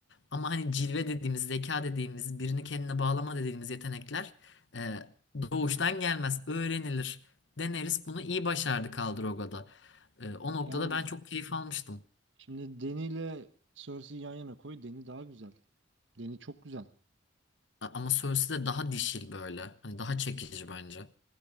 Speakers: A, on the left; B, on the right.
A: Ama hani cilve dediğimiz, zeka dediğimiz, birini kendine bağlama dediğimiz yetenekler e, doğuştan gelmez, öğrenilir. Daenerys bunu iyi başardı Khal E, o noktada
B: Yani
A: ben çok keyif almıştım.
B: şimdi Deni ile Cersei'yi yan yana koy. Deni daha güzel. Deni çok güzel.
A: A- Ama Cersei de daha dişil böyle. Hani daha çekici bence.